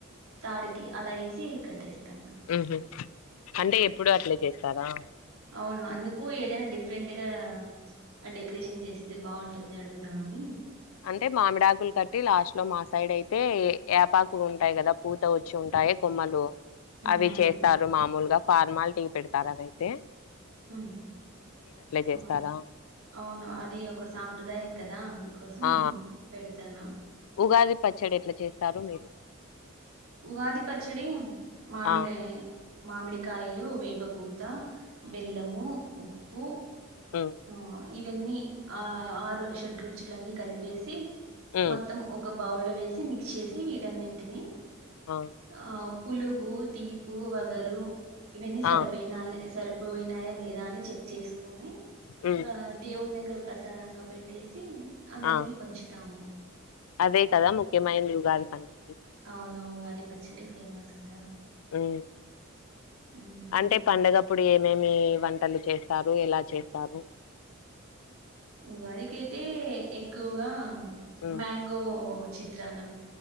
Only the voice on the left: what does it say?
ఉహు అంటే ఎప్పుడు అట్లేచే స్తారా
అంటే మామిడి ఆకులు కట్టి లాస్ట్ లో మా సైడ్ అయితే ఏపాకులు ఉంటాయి కదా పూత వచ్చి ఉంటాయి కొమ్మలు
అవి
చేస్తారు మామూలుగా ఫార్మాల్ టీకి పెడతార అదైతే
చేస్తారా?
ఆ!
ఉగాది పచ్చడి ఎట్లా చేస్తారు మీరు
ఆ!
ఉ
హ్మ్.
ఆ!
ఆ!
హ్మ్.
ఆ!
అదే కదా ముఖ్యమైంది ఉగాది పండుగ
ఉ
అంటే పండగ ప్పుడు ఏమేమి వంటలు చేస్తారు ఎలా చేస్తారు
హ్మ్.